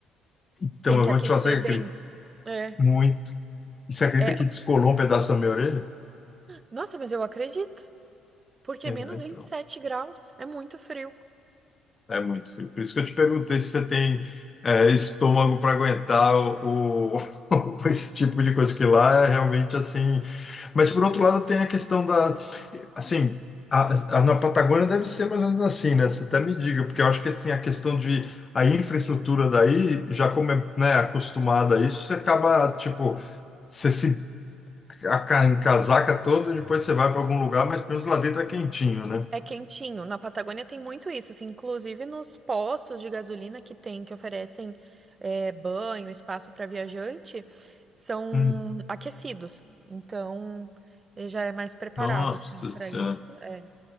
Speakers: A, on the left; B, on the right.
A: então,
B: tem
A: eu
B: que
A: vou
B: aquecer
A: te fazer
B: bem.
A: que acredito
B: É.
A: muito. E Você acredita
B: É.
A: que descolou um pedaço da minha orelha?
B: Nossa, mas eu acredito. Porque
A: É,
B: é menos
A: né? então,
B: vinte e sete graus é muito frio.
A: é muito frio. Por isso que eu te perguntei se você tem é, estômago para aguentar o, o- <laughs> esse tipo de coisa, que lá é realmente assim. Mas, por outro lado, tem a questão da. Assim, a- a- na Patagônia deve ser mais ou menos assim, né? Você até me diga, porque eu acho que assim, a questão de. A infraestrutura daí, já como é, né, acostumada a isso, você acaba, tipo. Você se a ca- em casaca todo, depois você vai para algum lugar, mas pelo menos lá dentro é quentinho, né?
B: É quentinho. Na Patagônia tem muito isso, assim, inclusive nos postos de gasolina que tem, que oferecem é, banho, espaço para viajante, são
A: Hum,
B: aquecidos. Então, ele já é mais preparado,
A: Nossa
B: assim, para
A: Senhora.
B: isso. É.